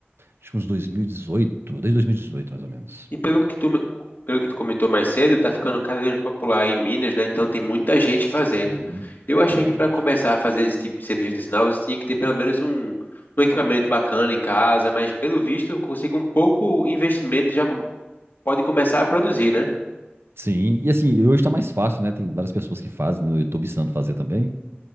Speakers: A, on the right (about 70°); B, on the left (about 50°).
A: acho que uns 2018, desde 2018 mais ou menos.
B: E pelo que tu, me- pelo que tu comentou mais cedo, tá ficando cada vez mais popular em Minas, né? Então tem muita gente
A: Sim,
B: fazendo. Eu achei
A: muita
B: que para
A: gente.
B: começar a fazer esse tipo de serviços artesanais, você tinha que ter pelo menos um, um equipamento bacana em casa, mas pelo visto, você com pouco investimento já com- pode começar a produzir, né?
A: Sim, e assim, hoje tá mais fácil, né? Tem várias pessoas que fazem, né? eu tô ensinando a fazer também.